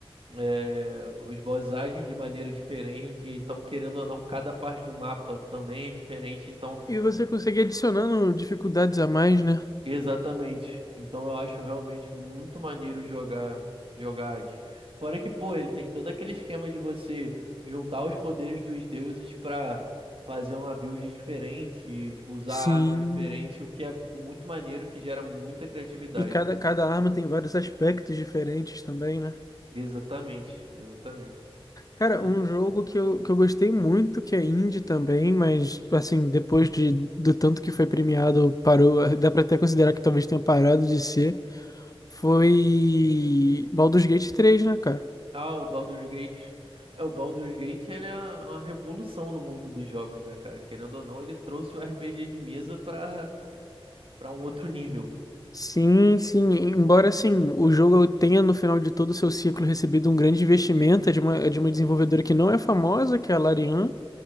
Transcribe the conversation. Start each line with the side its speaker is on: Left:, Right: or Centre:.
Right: é, os boss agem de maneira diferente, então, querendo ou não, cada parte do mapa também é diferente, então
Left: E você consegue adicionando dificuldades a mais, né?
Right: Exatamente. Então eu acho realmente muito maneiro jogar jogar Hades. Fora que, pô, ele tem todo aquele esquema de você juntar os poderes dos deuses pra fazer uma build diferente, usar
Left: Sim.
Right: arma diferente, o que é muito maneiro, que gera muita criatividade.
Left: E cada, cada arma tem vários aspectos diferentes também, né?
Right: Exatamente, exatamente.
Left: Cara,
Right: O-
Left: um jogo que eu, que eu gostei muito, que é indie também, mas assim, depois de, do tanto que foi premiado, parou, dá pra até considerar que talvez tenha parado de ser, foi Baldur's Gate três né, cara?
Right: Ah, o Baldur's Gate. É, o Baldur's Gate, ele é uma revolução no mundo dos jogos, né, cara? Querendo ou não, ele trouxe o RPG de mesa pra para um outro nível.
Left: Sim, sim, embora assim, o jogo tenha no final de todo o seu ciclo recebido um grande investimento, é de uma, é de uma desenvolvedora que não é famosa, que é a Larian,